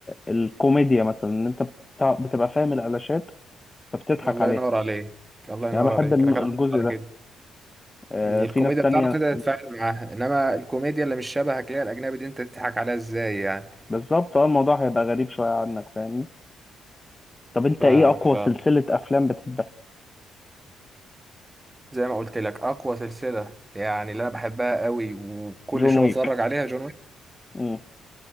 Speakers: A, on the left; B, on the right.
A: الكوميديا مثلا ان انت بتع- بتبقى فاهم الالاشات فبتضحك
B: الله
A: عليها
B: ينور عليك الله ينور
A: يعني أنا بحب
B: عليك
A: الن-
B: انا كان
A: الجزء
B: قصدي على
A: ده
B: كده
A: آه،
B: إن الكوميديا
A: في ناس تانية
B: بتعرف انت تتفاعل معاها انما الكوميديا اللي مش شبهك اللي هي الاجنبي دي انت تضحك عليها ازاي يعني
A: بالظبط اه الموضوع هيبقى غريب شوية عنك فاهمني طب انت
B: فاهمك
A: ايه اقوى
B: فاهمك
A: سلسلة افلام بتحبها
B: زي ما قلت لك اقوى سلسله يعني اللي انا بحبها قوي وكل
A: جون
B: شويه
A: ويك
B: بتفرج عليها جون
A: مم.